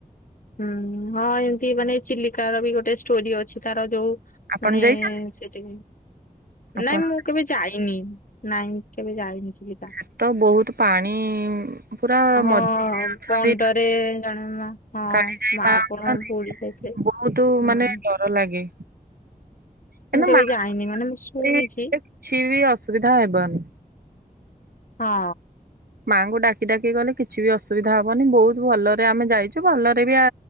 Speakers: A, on the left; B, on the right.
A: ହୁଁ ହଁ ଏମିତି ମାନେ ଚିଲିକା ର ବି ଗୋଟେ ଷ୍ଟୋରି ଅଛି ତାର ଯୋଉ
B: ଆପଣ
A: ମାନେ
B: ଯାଇଛନ୍ତି
A: ସେଠି
B: ଆପଣ
A: ନାଇଁ ମୁଁ କେବେ ଯାଇନି। ନାଇଁ କେବେ ଯାଇନି।
B: ସେ ତ ବହୁତ ପାଣି ପୁରା
A: ହଁ
B: ମଝିରେ ଅଛନ୍ତି
A: କଣ୍ଡରେ ଜଣେ ମା ହଁ। ହଁ
B: କାଳିଜାଇ
A: ମା
B: ଅଛନ୍ତି
A: କଣ ବୁଡ଼ି ଯାଇଥେଲେ
B: ବହୁତ
A: ହୁଁ।
B: ମାନେ ଡର ଲାଗେ କିନ୍ତୁ
A: ମୁଁ କେବେ
B: ମାଙ୍କ
A: ଯାଇନି
B: ପିଲା
A: ମାନେ ମୁଁ ଶୁଣିଛି
B: କିଛି ବି ଅସୁବିଧା ହେବନି।
A: ହଁ।
B: ମାଆଙ୍କୁ ଡାକି ଡାକି ଗଲେ କିଛି ବି ଅସୁବିଧା ହବନି ବୋହୁତ ଭଲରେ ଆମେ ଯାଇଚୁ ଭଲରେ ବି ଆ